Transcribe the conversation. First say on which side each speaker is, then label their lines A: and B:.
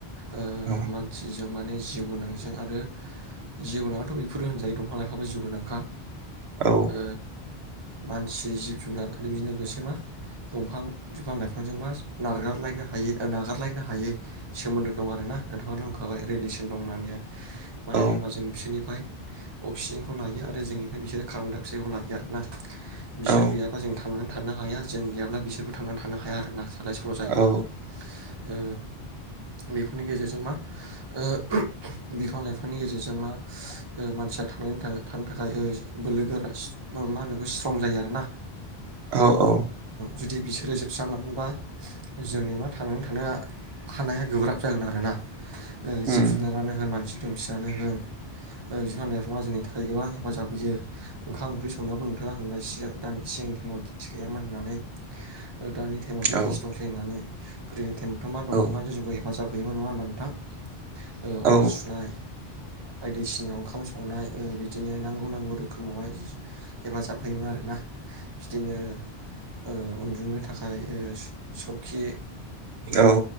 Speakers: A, on the right; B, on the right.
A: ओ
B: औ
A: मानसिजों माने जिउ गोनांजों आरो जिउ गोनांथ' बेफोरो होनजायो दंफां लाइफाबो जिउ गोनांखा
B: औ
A: ओ मानसि जिब जुनार आरो बेजों लोगोसे मा दंफां बिफां लाइफांजों मा नारगारलायनो हायै ओ नागारलायनो हायै सोमोन्दो दं आरोना नोंथाङाथ' होनखाबाय रिलिसन दं होननानैहाय मानो
B: औ
A: होनोबा जों बिसोरनिफ्राय अक्सिजेनखौ लायो आरो जोंनिफ्राय बिसोरो कार्बन डाइ अक्साइडखौ लायो आरो ना। बिसोर
B: औ
A: गैयाबा जों थां नानै थानो हाया जों गैयाब्ला बिसोरबो थांनानै थानो हाया आरोना सोलाय सोल' जायो
B: औ
A: ओ बेफोरनि गेजेरजों मा ओ बिफां लाइफांनि गेजेरजों मा ओ मानसिया थांनानै था थानो थाखाय बोलो गोरा मा होनोखौ स्ट्रं जायो आरो ना
B: औ औ
A: जुदि बिसोरो जोबस्रांलाङोबा जोंनि मा थांनानै थानाया हानाया गोब्राब जागोन आरोना ओ
B: उम
A: जिब जुनारानो होन मानसि दुमसियानो होन ओ बिफां लाइफाङा जोंनि थाखाय गोबां हेफाजाब होयो ओंखाम ओंख्रि संनायावबो नोंथाङा होनबाय सिगां दान सिगां टाइमाव <unintelligible> गैयामोन होननानै। ओ दानि टाइमावसो
B: औ
A: गेस दंसै होननानै गोदोनि थायेम <unintelligible> दंफाङानो
B: औ
A: जौखौ हे हेफाजाब होयोमोन नङा होनबा नों थां ओ
B: औ
A: अर सुनाय बायदिसिनायाव ओंखाम संनाय ओ बिदिनो नांगौ नांगौ रोखोमावहाय हेफाजाब होयोमोन आरोना बिदिनो ओ उन्दुनो थाखाय ओ स सखि बिदिनो
B: औ